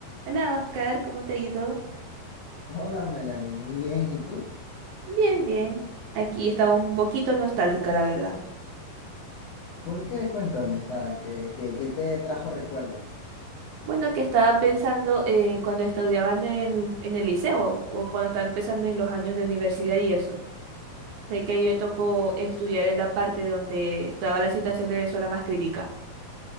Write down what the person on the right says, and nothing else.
Hola Oscar, ¿cómo te ha ido?
Bien, bien. Aquí estaba un poquito nostálgica, la verdad.
Bueno, que estaba pensando eh, cuando estudiaba en el, en el liceo o cuando estaba empezando en los años de universidad y eso. Sé que ahí me tocó estudiar en la parte donde estaba la situación de Venezuela más crítica.